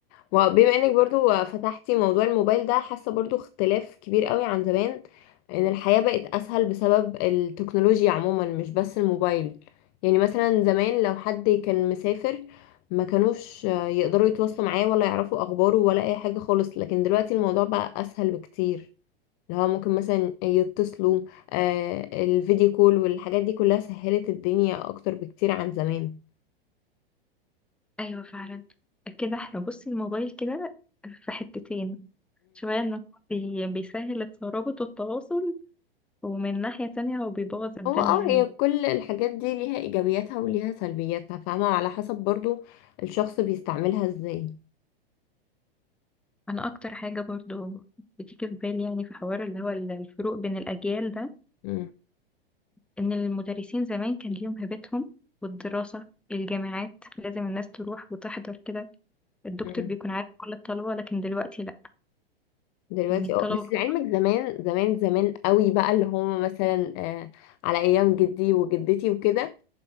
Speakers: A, on the left; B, in the centre.
A: وبما انك برضو فتحتي موضوع الموبايل ده حاسة برضو اختلاف كبير قوي عن زمان ان الحياة بقت اسهل بسبب التكنولوجيا عموما مش بس الموبايل يعني مثلا زمان لو حد كان مسافر ما كانوش آه، يقدروا يتواصلوا معاه ولا يعرفوا اخباره ولا اي حاجة خالص لكن دلوقتي الموضوع بقى اسهل بكتير اللي هو ممكن مثلا يتصلوا آه الفيديو كول والحاجات دي كلها سهلت الدنيا اكتر بكتير عن زمان
B: ايوه فعلا كده احنا بصي الموبايل كده في حتتين شوية انه بي- بيسهل الترابط والتواصل ومن ناحية تانية هو بيبوظ الدنيا
A: هو اه
B: يعني
A: هي كل الحاجات دي ليها ايجابياتها وليها سلبياتها فاهمة على حسب برضو الشخص بيستعملها ازاي
B: انا اكتر حاجة برضو بتيجي في بالي يعني في حوار اللي هو ال- الفروق بين الاجيال ده
A: مم.
B: ان المدرسين زمان كان ليهم هيبتهم والدراسة الجامعات لازم الناس تروح وتحضر كده الدكتور
A: مم.
B: بيكون عارف كل الطلبة لكن دلوقتي لا
A: دلوقتي
B: يعني الطلبة
A: اه بس لعلمك زمان زمان زمان قوي بقى اللي هم مثلا آه على ايام جدي وجدتي وكده